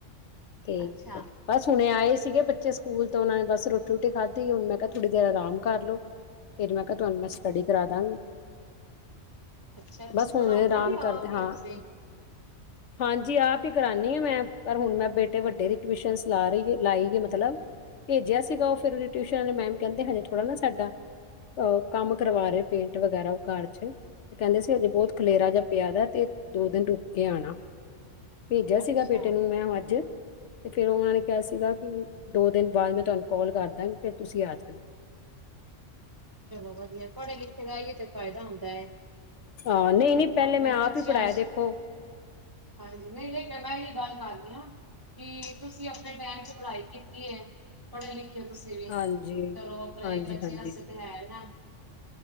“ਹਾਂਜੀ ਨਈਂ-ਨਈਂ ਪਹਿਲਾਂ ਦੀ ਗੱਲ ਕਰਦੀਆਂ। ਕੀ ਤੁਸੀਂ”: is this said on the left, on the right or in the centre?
Right